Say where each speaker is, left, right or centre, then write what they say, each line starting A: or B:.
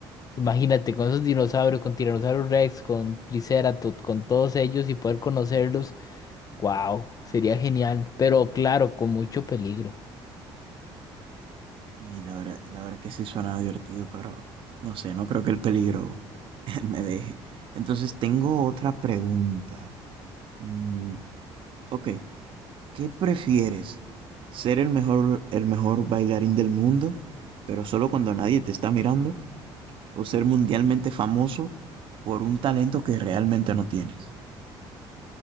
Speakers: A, on the left (about 35°); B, on the right (about 55°).
A: Imagínate con esos dinosaurios, con Tyrannosaurus Rex, con Triceratops, con todos ellos y poder conocerlos. Wow, sería genial, pero claro, con mucho peligro.
B: Y la verdad, la verdad que sí suena divertido, pero no sé, no creo que el peligro <laughs> me deje. Entonces tengo otra pregunta. Mm, ok, ¿qué prefieres? ¿Ser el mejor, el mejor bailarín del mundo, pero solo cuando nadie te está mirando? o ser mundialmente famoso por un talento que realmente no tienes.